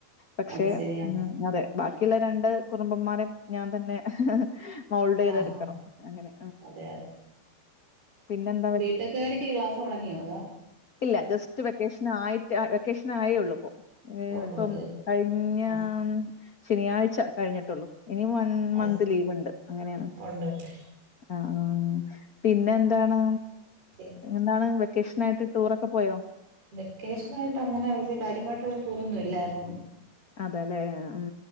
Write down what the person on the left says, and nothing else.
പക്ഷേ
ഉം അതെ ബാക്കി ലെ രണ്ട് കുറുമ്പന്മാരേം ഞാൻ തന്നെ മോൾഡെയ് ചെയ്ത്
എടുക്കണം
അങ്ങനെ
പിന്നെ എന്താ
ഇല്ല ജസ്റ്റ് വെക്കേഷൻ ആയിട്ട് വെക്കേഷൻ ആയേ ഉള്ളൂ ഇപ്പോ
ഇപ്പം
കഴിഞ്ഞ
ശനിയാഴ്ച കഴിഞ്ഞിട്ടുള്ളൂ ഇനി
മന്ത്
ലീവ് ഇണ്ട് അങ്ങനെയാണ്
ആ ആഹ് പിന്നെ എന്താണ്
എന്താണ് വെക്കേഷനായിട്ട് ടൂറൊക്കെ പോയോ
അതല്ലേ ഉം